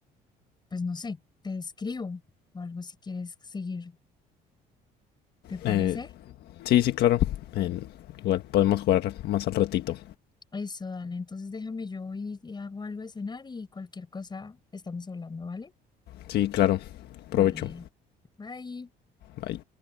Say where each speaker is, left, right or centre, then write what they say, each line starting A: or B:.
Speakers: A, on the left; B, on the left.
A: pues no sé, te escribo o algo si quieres seguir, ¿te parece?
B: Eh, sí, sí, claro. En- igual podemos jugar más al ratito.
A: Eso, dale, entonces déjame yo voy y hago algo de cenar y cualquier cosa estamos hablando, ¿vale?
B: Sí, claro. Provecho.
A: Vale, bye.
B: Bye.